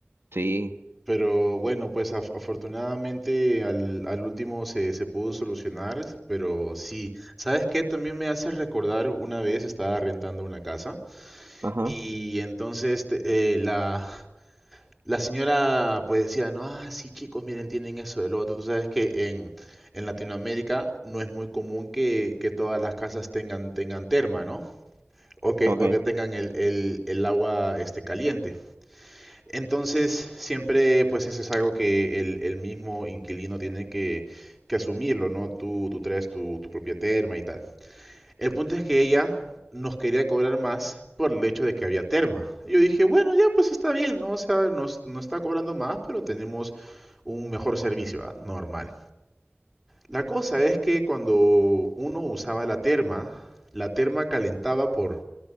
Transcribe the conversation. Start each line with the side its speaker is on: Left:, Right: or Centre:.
Right: Sí,
Centre: Pero bueno, pues af- afortunadamente al, al último se, se pudo solucionar, pero sí, ¿sabes qué? También me hace recordar una vez estaba rentando una casa
Right: ajá,
Centre: y entonces te- eh, la, La señora pues decía, no, ah, sí chicos, miren, tienen eso del otro. Tú sabes que en, en Latinoamérica no es muy común que, que todas las casas tengan, tengan terma, ¿no? O que,
Right: okay.
Centre: o que tengan el, el- el agua este, caliente. Entonces, siempre pues eso es algo que el, el mismo inquilino tiene que, que asumirlo, ¿no? Tú, tú traes tu, tu propia terma y tal. El punto es que ella nos quería cobrar más por el hecho de que había terma. Y Yo dije, bueno, ya pues está bien, ¿no? O sea, nos, nos está cobrando más, pero tenemos un mejor servicio, ¿ah? normal. La cosa es que cuando uno usaba la terma, la terma calentaba por